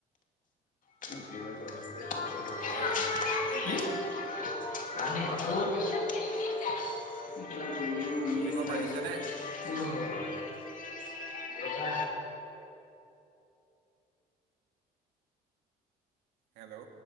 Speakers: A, on the left; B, on the right.
A: <inaudible>
B: হয় বুজি পাইছে
A: <inaudible> <inaudible>
B: বুজিব পাৰিছেনে
A: <inaudible>
B: হেল্ল'।